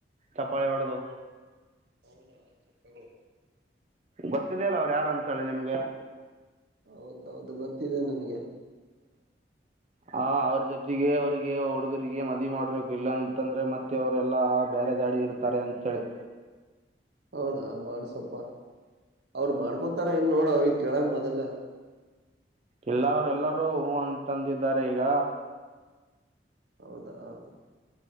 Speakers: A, on the right (about 40°); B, on the right (about 65°).
A: ಚಪ್ಪಾಳೆ ಹೊಡ್ದು
B: ಹೌದ ಚಕ್ಕಗಳು
A: ಗೊತ್ತಿದೆ ಅಲ್ಲ ಅವ್ರು ಯಾರಂತ ಹೇಳಿ ನಿಮ್ಗೆ
B: ಹೌದೌದು ಗೊತ್ತಿದೆ ನನ್ಗೆ
A: ಹ ಅವ್ರ ಜೊತೆಗೆ ಅವ್ರಿಗೆ ಹುಡುಗರಿಗೆ ಮದುವಿ ಮಾಡ್ಬೇಕು ಇಲ್ಲಾ ಅಂತಂದ್ರೆ ಮತ್ತೆ ಅವ್ರಲ್ಲಾ ಬರೆದಾರಿ ಇರ್ತಾರೆ ಅಂತೇಳಿ
B: ಹೌದಾ ಮಾಡಸಪ್ಪ ಅವ್ರ ಮಾಡ್ಕೊತಾರ ಇಲ್ ನೋಡ ಅವ್ರಿಗ್ ಕೇಳ ಮೊದಲ
A: ಇಲ್ಲಅವ್ರ ಎಲ್ಲರೂ ಹೂ ಅಂತಂದಿದ್ದಾರೆ ಈಗ
B: ಹೌದಾ ಹ